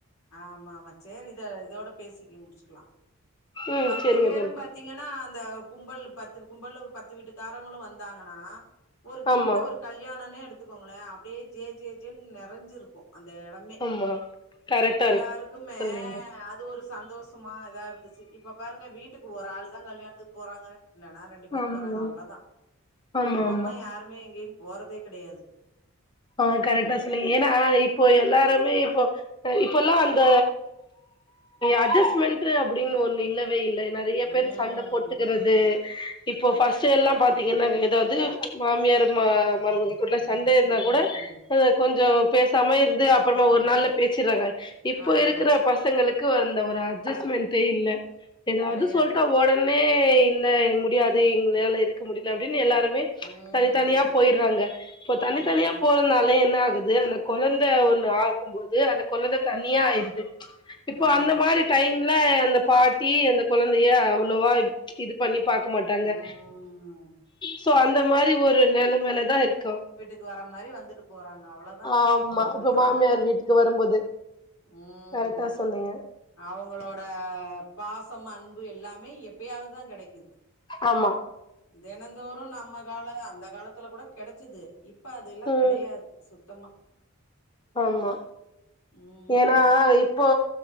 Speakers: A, on the left; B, on the left.
A: ஆமா ஆமா சேரி இத இதோட பேசிக்க முடிச்சுக்கலா
B: ம்
A: பத்து
B: செரிங்க
A: பேரும்
B: தோழி
A: பத் பாத்தீங்கன்னா அந்த கும்பல் பத்து கும்பல் பத்து வீட்டுக்காரவங்களு வந்தாங்கன்னா ஒரு
B: ஆமா
A: சின்ன ஒரு கல்யாணனே எடுத்துக்கோங்களே அப்டியே ஜே ஜே ஜேன்னு நெறைஞ்சிருக்கு அந்த இடமே
B: ஆமா கரெக்டா
A: எல்லாருக்குமே
B: இருக்கு சொன்னீங்க
A: அத் ஒரு சந்தோஷமா இதா இருந்துச்சு இப்ப பாருங்க வீட்டுக்கு ஒரு ஆள் தா கல்யாணத்துக்கு போறாங்க இல்லனா ரெண்டு பேர்
B: ஆமா
A: போறாங்க அவ்ளதா
B: ஆமா
A: குடும்பமா
B: ஆமா
A: யாருமே எங்கேயு போறதே கிடையாது
B: ஆ கரெக்டா சொன்னிங்க ஏனா இப்போ எல்லாருமே இப்போ ல்லா அந்த அட்ஜஸ்ட்மெண்ட் அப்டின்னு ஒண்ணு இல்லவே இல்ல நெறைய பேர்
A: ம்
B: சண்ட போட் டுக்கறது இப்போ ப்ர்ஸ்ட் எல்லா பாத்தீங்கன்னா ஏதாவது மாமியார் மருமக உள்ள சண்டேயே இருந்தா
A: ம்
B: கூட அத கொஞ்சோ பேசாம இருந்து அப்றமா ஒரு நாள்ல பேசியறாங்க இப்போ
A: ஆமா
B: இருக்கிற பசங்களுக்கு வந்த ஒரு அட்ஜஸமெண்டே இல்ல ஏதாவது
A: கெடையாது
B: சொல்லட்டா உடனே இல்ல முடியாது எங்களால இருக்க முடியல அப்டின்னு எல்லாருமே
A: ம்
B: தனித்தனியா போயிறாங்க இப்போ தனித்தனியா
A: ஆமா
B: போறனால என்ன ஆகுது அந்த கொழந்தை ஒண்ணு ஆக்குபோது அந்த கொழந்த தனியா ஆயிடுது இப்ப
A: ஆமா
B: அந்த மாரி டைம்ல அந்த பாட்டி அந்த கொழந்தைய அவ்ளோவா இது பண்ணி பாக்க மாட்டா ங்க
A: ம்
B: சோ அந்த மாரி ஒரு நிலமைலதா இருக்கோ
A: இக்கு வர மாரி வந்துட்டு போறாங்க அவ்ளதா
B: ஆமா
A: அவங்களோட
B: இப்ப மாமியார் வீட்டுக்கு வரும்போது
A: ம்
B: கரெக்டா சொன்னீங்க
A: அவங்களோட பாசம் அன்பு எல்லாமே எப்பயாவதுதா கெடைக்குது
B: ஆமா
A: தினந்தோறு நம்ம கால அந்த காலத்துல கூட கெடைச்சது இப்பா அதெல்லா
B: ம்
A: கிடையாது சுத்தமா
B: ஆமா
A: ம்
B: ஏனாப் இப்போ